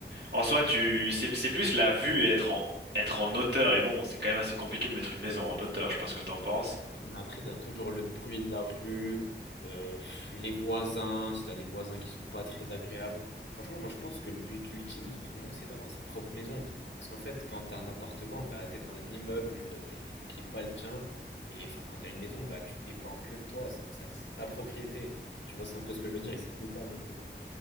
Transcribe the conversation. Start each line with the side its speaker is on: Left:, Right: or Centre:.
Right: en soi tu c'est c'est plus la vue et être en être en hauteur. Et bon, c'est quand même assez compliqué de mettre une maison en hauteur. Je sais pas ce que t'en penses.
Left: Mais après, t'as toujours le bruit de la rue, euh, les voisins, si t'as des voisins qui sont pas très agréables. Franchement, moi je pense que le but ultime de tout le monde, c'est d'avoir sa propre maison. Parce qu'en fait, quand t'as un appartement, bah t'es dans un immeuble euh, et du coup qui est pas le tien. Et enfin, quand t'as une maison, bah tu dépends que de toi, c'est un- ça- c'est ta propriété. Tu vois, c'est un peu ce que je veux dire et c'est plus calme aussi.